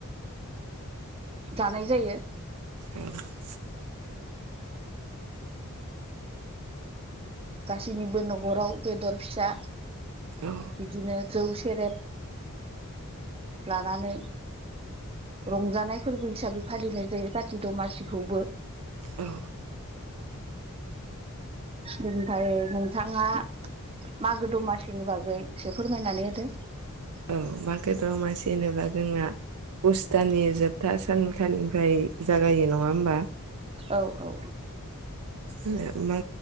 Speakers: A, on the right; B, on the right.
A: जानाय जायो
B: औ
A: गासैनिबो न'खराव बेदर फिसा
B: औ
A: बिदिनो जौ सेरेब लानानै रंजानाय फोरबो हिसाबै फालिनाय जायो काति दमासिखौबो
B: औ
A: बेनिफ्राय नोंथाङा मागो दमासिनि बागै एसे फोरमायनानै होदो
B: औ मागो द'मासि होनोब्ला जोंना पुष दाननि जोबथा सानखालिनिफ्राय जागायो नङा होमबा
A: औ औ
B: ओ मा